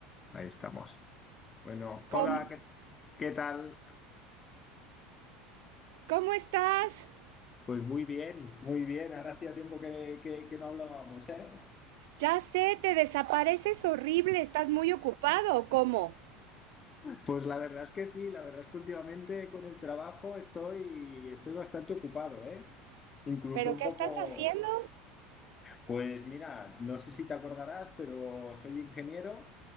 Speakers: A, on the left; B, on the right.
A: Ahí estamos. Bueno, hola,
B: ¿Cómo,
A: ¿qué, qué tal?
B: ¿Cómo estás?
A: Pues muy bien, muy bien. Ahora hacía tiempo que, que- que no hablábamos, ¿eh?
B: Ya sé, te desapareces horrible, estás muy ocupado, ¿o ¿cómo?
A: Pues la verdad es que sí, la verdad es que últimamente con el trabajo estoy, estoy bastante ocupado, ¿eh? Incluso
B: ¿Pero
A: un
B: qué
A: poco,
B: estás haciendo?
A: pues mira, no sé si te acordarás, pero soy ingeniero